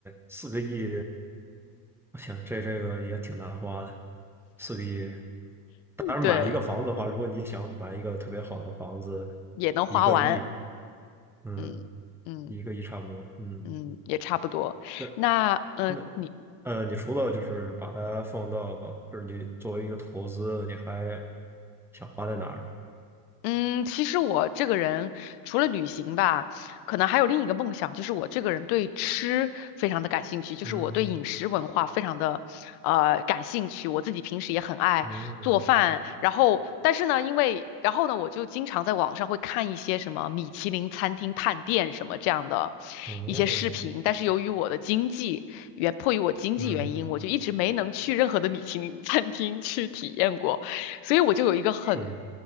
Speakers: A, in the centre; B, on the left.
A: 四个亿，我想这这个也挺难花的，四个亿。当然，
B: 对，
A: 买一个房子的话，如果你想买一个特别好的房子，
B: 也能花完，
A: 一个亿，嗯，
B: 嗯嗯
A: 一个亿差不多，嗯。
B: 嗯，也差不多。
A: 那
B: 那嗯。
A: 那
B: 你。
A: 呃，你除了就是把它放到，就是你作为一个投资，你还想花在哪儿呢？
B: 嗯，其实我这个人除了旅行吧，可能还有另一个梦想，就是我这个人对吃非常的感兴趣，就是我对饮食文化非常的呃感兴趣。
A: 嗯
B: 我自己平时也很爱做饭，
A: 嗯
B: 然后但是呢，因为然后呢，我就经常在网上会看一些什么米其林餐厅探店什么这样的
A: 哦
B: 一些视频，但是由于我的经济原迫于我经济原因，
A: 嗯，
B: 我就一直没能去任何的米其林餐厅去体验过。所以我就有一个很、
A: 是是